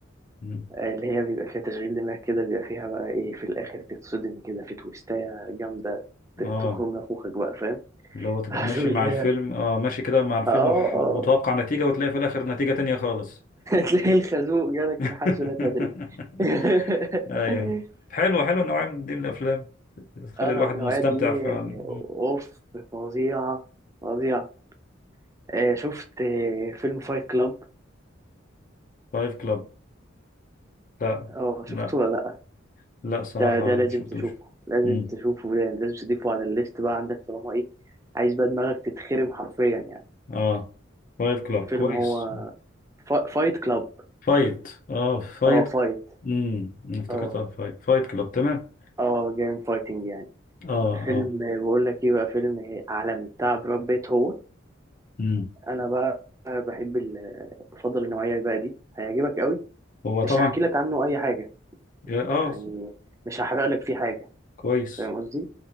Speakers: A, on the left (about 45°); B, on the right (about 15°).
A: <laughs> مم.
B: آه، اللي هي بيبقى فيها تشغيل دماغ كده بيبقى فيها بقى ايه في الاخر تتصدم كده في تويستايه جامده ت-
A: اه
B: تخرم نافوخك بقى فاهم
A: اللي
B: <laughs>
A: هو تبقى
B: هتقول
A: ماشي مع
B: كده
A: الفيلم اه ماشي كده مع الفيلم
B: اه
A: وح-
B: اه
A: وتوقع نتيجة وتلاقي في الآخر نتيجة تانية خالص
B: تلاقي الخازوق جالك
A: <laughs>
B: من حيث لا تدري <laughs>
A: ايوه حلو حلو النوعية من دي من الأفلام بتخلي
B: انا
A: الواحد
B: النوعيه
A: مستمتع
B: دي
A: فعلا
B: اوف فظيعه فظيعه آه، شفت آه، فيلم فايت كلاب
A: فايف كلاب لا
B: اه شفته
A: لا
B: ولا لا
A: لا صراحة
B: ده ده
A: ما
B: لازم
A: شفتوش
B: تشوفه لازم
A: مم.
B: تشوفه ده لازم تضيفه على الليست بقى عندك طالما ايه عايز بقى دماغك تتخرم حرفيا يعني
A: اه فايف كلاب
B: فيلم
A: كويس
B: هو فا- فايت كلاب
A: فايت اه فايت
B: اه فايت
A: امم افتكرتها
B: اه
A: فايت فايت كلاب تمام
B: اه جيم فايتنج يعني
A: اه
B: فيلم
A: اه
B: آه، بقول لك ايه بقى فيلم عالمي بتاع براد بيت هو
A: امم
B: انا بقى بحب ال... بفضل النوعيه بقى دي هيعجبك قوي
A: هو
B: مش
A: طبعا
B: هحكي لك عنه اي حاجه
A: اه
B: يعني مش هحرق لك فيه حاجه
A: كويس
B: فاهم قصدي